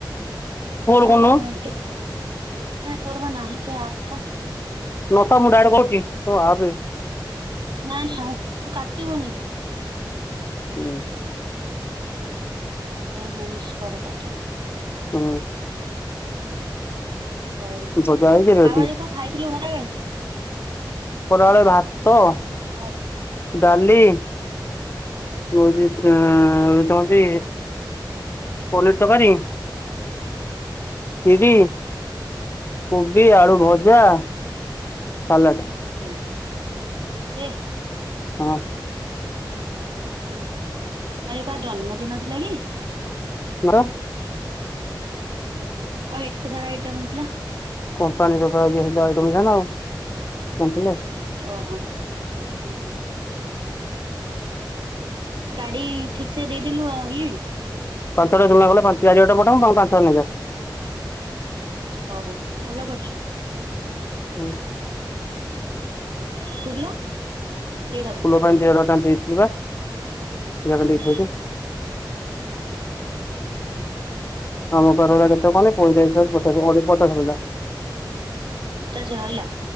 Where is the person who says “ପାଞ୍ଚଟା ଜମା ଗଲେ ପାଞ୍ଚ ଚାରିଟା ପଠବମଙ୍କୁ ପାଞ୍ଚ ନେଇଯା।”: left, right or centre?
Left